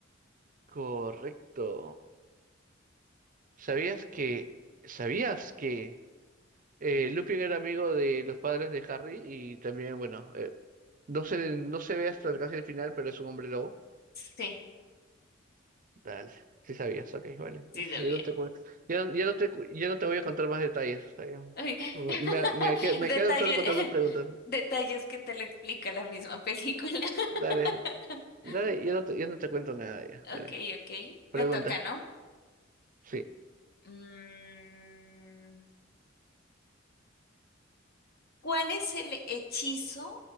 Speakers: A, on the right; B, on the left.
A: Correcto. ¿Sabías que... ¿Sabías que... Eh, Lupin era amigo de los padres de Harry y también, bueno, eh, no se, no se ve hasta casi el final, pero es un hombre lobo.
B: Sí,
A: Dale, sí sabías, ok, vale,
B: sí,
A: listo.
B: lo
A: Ya
B: bien.
A: no te, cu- ya, no- ya no te, cu- ya no te voy a contar más detalles, está bien.
B: Uy,
A: Me,
B: <laughs>
A: me, me que- me
B: Detalle,
A: quedo solo con tantas preguntas.
B: <laughs> detalles que te lo explica la misma película. <laughs>
A: Dale, dale, ya no te, ya no te cuento nada, ya,
B: Ok,
A: dale.
B: ok.
A: Pregunta,
B: Me toca, ¿no?
A: sí.
B: Mm, ¿cuál es el hechizo,